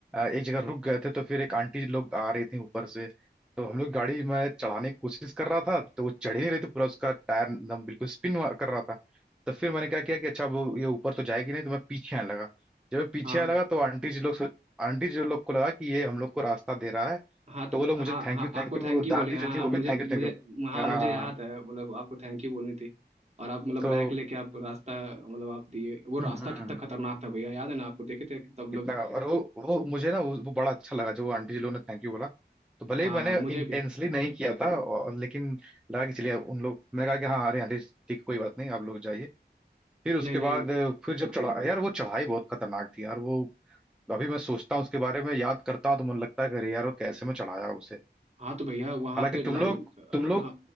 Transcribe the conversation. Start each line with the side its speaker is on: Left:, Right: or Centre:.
Centre: एक जगह रुक गए थे तो फिर एक आंटी लोग आ रही थी ऊपर से तो हम लोग गाड़ी में चढ़ाने की कोशिश कर रहा था तो वो चढ़ ही नहीं रही थी पूरा उसका टायर एकदम बिल्कुल स्पिन कर रहा था तो फिर मैंने क्या किया कि अच्छा वो ये ऊपर तो जाएगी नहीं तो मैं पीछे आने लगा जब मैं पीछे
Right: हाँ
Centre: आने लगा तो आंटी जी लोग आंटी जी लोग को लगा कि ये हम लोग को रास्ता दे रहा है
Right: हाँ तो
Centre: तो वो लोग मुझे
Right: हाँ
Centre: थैंक
Right: हाँ
Centre: यू
Right: आपको
Centre: थैंक यू
Right: थैंक यू
Centre: दादी
Right: बोले हाँ
Centre: जो थी
Right: हाँ
Centre: वो
Right: मुझे
Centre: भी थैंक यू
Right: मुझे
Centre: थैंक यू
Right: हाँ
Centre: हाँ
Right: मुझे याद है मतलब आपको थैंक यू बोलनी थी और आप मतलब
Centre: तो
Right: बैग लेके आप रास्ता मतलब आप दिए वो रास्ता
Centre: हम्म, हम्म।
Right: कितना खतरनाक था भैया याद है ना आपको देखे थे कितना मतलब
Centre: इतना और वो वो मुझे ना वो, वो बड़ा अच्छा लगा जो आंटी जी लोगों ने थैंक यू बोला तो भले
Right: हाँ
Centre: ही मैंने
Right: हाँ मुझे
Centre: इंटेंसली
Right: भी
Centre: नहीं किया था और लेकिन लगा कि चलिए उन लोग मैंने कहा कि हाँ अरे आंटी ठीक कोई बात नहीं आप लोग जाइए फिर उसके
Right: नहीं नहीं
Centre: बाद फिर जब चढ़ा यार वो चढ़ाई बहुत खतरनाक थी यार वो अभी मैं सोचता हूँ उसके बारे में याद करता हूँ तो मुझे लगता है कि अरे यार वो कैसे मैं चढ़ाया उसे
Right: हाँ तो भैया वहाँ
Centre: हालांकि
Right: पे लैंड
Centre: तुम लोग तुम लोग
Right: हाँ